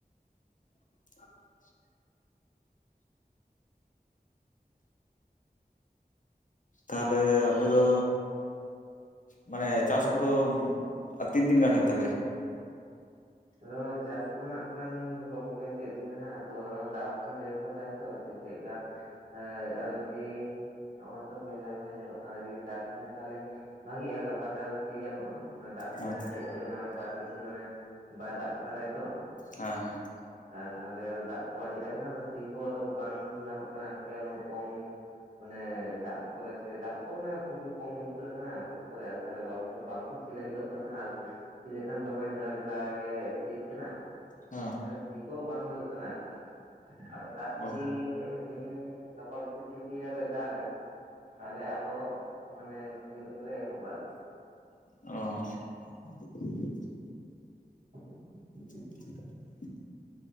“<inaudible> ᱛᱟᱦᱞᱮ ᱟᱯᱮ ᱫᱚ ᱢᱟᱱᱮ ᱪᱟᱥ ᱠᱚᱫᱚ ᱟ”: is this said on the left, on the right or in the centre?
Left